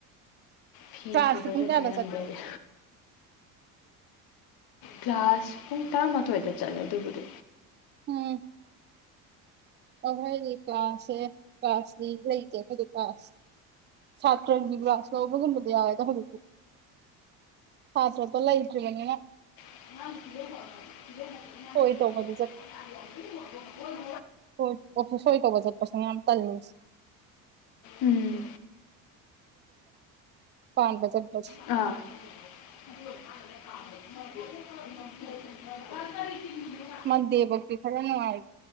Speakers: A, on the left (about 65°); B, on the right (about 30°).
A: ꯐꯤ
B: ꯀ꯭ꯂꯥꯁꯇꯤ
A: ꯁꯨꯕꯁꯨꯠꯇ
B: ꯄꯨꯡ ꯀꯌꯥꯗ
A: ꯅꯪꯗꯔ
B: ꯆꯠꯀꯦ
A: ꯀ꯭ꯂꯥꯁ ꯄꯨꯡ ꯇꯔꯥꯃꯥꯊꯣꯏꯗ ꯆꯠꯂꯦ ꯑꯗꯨꯕꯨꯗꯤ
B: ꯎꯝ ꯑꯍꯣꯏꯗꯤ ꯀ꯭ꯂꯥꯁꯁꯦ ꯀ꯭ꯂꯥꯁꯇ ꯂꯩꯇꯦ ꯀꯩ ꯀ꯭ꯂꯥꯁ ꯁꯥꯇ꯭ꯔꯒꯤ ꯀ꯭ꯂꯥꯁ ꯂꯧꯕꯒꯨꯝꯕꯗ ꯌꯥꯎꯋꯦꯗ ꯍꯧꯖꯤꯛꯇꯤ ꯍꯥꯇ꯭ꯔꯒꯂ ꯏꯠꯇ꯭ꯔꯤꯕꯅꯤꯅ
A: ꯉꯔ
B: ꯁꯣꯏ
A: ꯊꯔꯠꯇ
B: ꯇꯧꯕꯗꯤ ꯁꯣꯏ ꯑꯣꯦ ꯁꯣꯏ ꯇꯧꯕꯖꯠ ꯄꯁ ꯌꯥꯝ ꯇꯜꯅꯤꯁ
A: ꯎꯝ
B: ꯄꯕꯖꯁ
A: ꯑꯥ
B: ꯃꯣꯟꯗꯥꯏ ꯐꯥꯎꯗꯤ ꯈꯔ ꯅꯨꯡꯉꯥꯏ